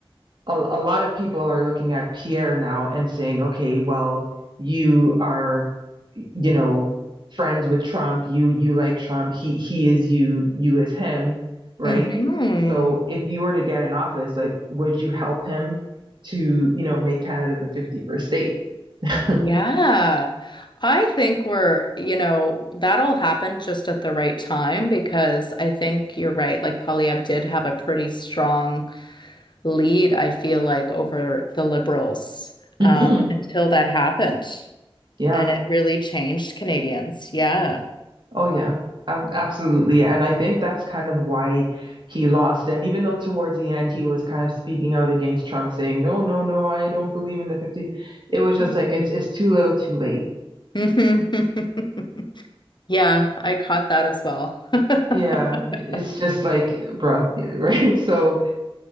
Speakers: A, on the right; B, on the left.
A: a, a lot of people are looking at Pierre now and saying, okay, well, you are, you know, friends with Trump. You you like Trump. He he is you. You is him, right?
B: Mm-hmm.
A: So if you were to get in office, like, would you help him to, you know, make Canada the 51st state? <laughs>
B: Yeah. I think we're, you know, that all happened just at the right time because I think you're right. Like Polyev did have a pretty strong lead, I feel like, over the Liberals
A: hmm
B: um, until that happened.
A: Yeah.
B: And it really changed Canadians. Yeah.
A: Oh yeah, ab absolutely. yeah, And I think that's kind of why he lost. And even though towards the end he was kind of speaking out against Trump, saying, "No, no, no, I don't believe in the 50," it was just
B: Mhm.
A: like it's it's too little, too late.
B: Mhm. <laughs> Yeah, I caught that as well.
A: Yeah,
B: <laughs>
A: it's just like, bruh, <laughs> right? So,